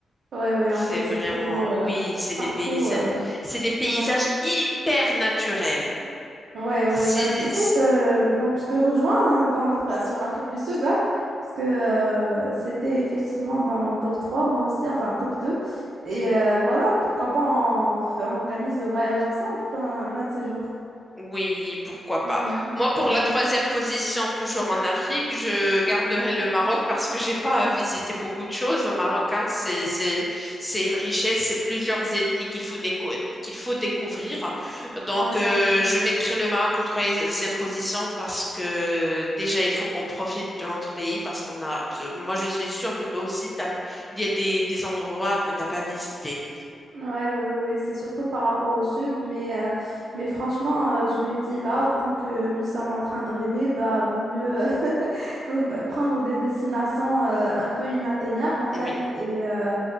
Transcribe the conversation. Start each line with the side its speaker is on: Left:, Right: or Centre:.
Right: Ouais, ouais,
Centre: C'est
Right: en fait
Centre: vraiment,
Right: c'est trop beau euh,
Centre: oui, c'est des
Right: partout.
Centre: paysages,
Right: euh,
Centre: c'est des paysages
Right: ouais.
Centre: hyper naturels.
Right: Ouais, ouais,
Centre: C'est,
Right: bah t- écoute, euh, donc je te rejoins hein, dans l'Afri- sur l'Afrique du Sud, hein, parce que euh, c'était effectivement dans mon top 3 moi aussi, enfin top deux Et euh, voilà, pourquoi pas on, f- on organise le voyage ensemble un- l'un de ces jours.
Centre: Oui, pourquoi
Right: Ouais,
Centre: pas. Moi, pour
Right: ouais,
Centre: la
Right: ouais.
Centre: troisième position, toujours en Afrique, je garderai le Maroc parce que j'ai pas visité beaucoup de choses au Maroc. hein. C'est, c'est, c'est une richesse, c'est plusieurs ethnies qu'il faut déco- qu'il faut découvrir. Donc,
Right: Ouais,
Centre: euh,
Right: ça fait.
Centre: je mettrai le Maroc en troisième position parce que déjà, il faut qu'on profite de notre pays parce qu'on a. Moi, je suis sûre que toi aussi, t'as- il y a des, des endroits que t'as pas visités.
Right: Ouais, ouais, ouais, c'est surtout par rapport au sud, mais, euh, mais franchement, euh, je me dis là, tant que nous sommes en train de rêver, bah vaut mieux. v- prendre des destinations euh, un peu inatteignables en fait.
Centre: Oui.
Right: Et euh,